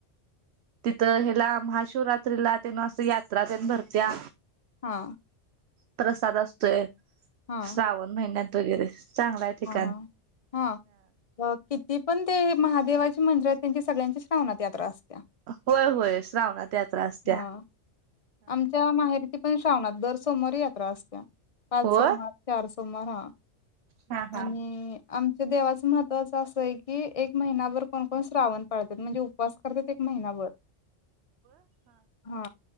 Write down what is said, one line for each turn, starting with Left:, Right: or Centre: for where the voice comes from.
Right: तिथं हीला महाशिवरात्रीला त्यान अस यात्रा तेन भरत्या
Left: हा
Right: प्रसाद असतोय
Left: हा
Right: श्रावण महिन्यात वगैरे चांगला आहे ठिकाण
Left: हा हा हा किती पण ते महादेवाची मंदिर त्यांची सळ्यांची श्रावणात यात्रा असते
Right: होय होय श्रावणात यात्रा असत्या
Left: हा आमच्या माहेरची पण श्रावणात दर सोमवारी यात्रा असत पाच
Right: हो
Left: सोमवार चार सोमवार हा
Right: हा हा
Left: आणि आमच्या देवाचं महत्त्वाचं असं आहे की एक महिनाभर कोण कोण श्रावण पाळतात म्हणजे उपवास करतात एक महिनाभर. हा